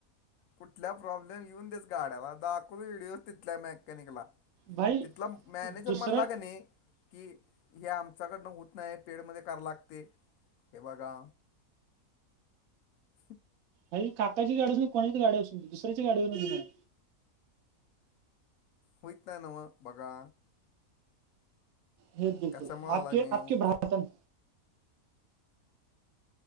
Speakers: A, on the left; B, on the right.
A: कुठल्या प्रॉब्लेम येऊन देतस गाड्याला दाखवून व्हिडिओस तथल्या मेकॅनिकला
B: भाई
A: तिथला मॅनेजर
B: दुसऱ्या
A: म्हणला का नाही कि हे आमच्याकडनं होत नाही पेडमध्ये करा लागते हे बघा <inaudible>
B: अरे काकाची गाडीून कोणाची गाडी असून दुसऱ्याची गाडीवर न
A: होयत नाही नव बघा
B: हे बिलकुल
A: कशामुळे आला
B: आप
A: मी येऊ
B: आपक भ्रातन